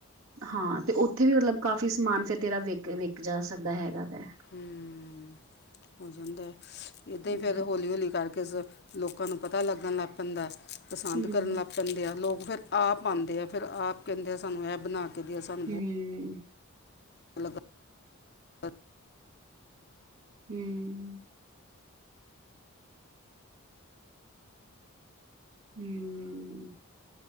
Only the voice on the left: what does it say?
ਹੂੰ, ਹੋ ਜਾਂਦਾ ਐ, ਏਦਾਂ ਈ
ਫੇਰ
ਹੌਲੀ-ਹੌਲੀ ਕਰ ਕੇ ਸ ਲੋਕਾਂ ਨੂੰ ਪਤਾ ਲੱਗਨ ਲੱਗ ਪੈਂਦਾ, ਪਸੰਦ
ਕਰਨ ਲੱਗ ਕੈਂਦੇ ਆ ਲੋਕ ਫਿਰ ਆਪ ਆਂਦੇ ਐ ਫਿਰ ਆਪ ਕੈਂਦੇ ਆ ਸਾਨੂੰ ਐ ਬਣਾ ਕੇ ਦੇਓ ਸਾਨੂੰ
ਬੋ <unintelligible>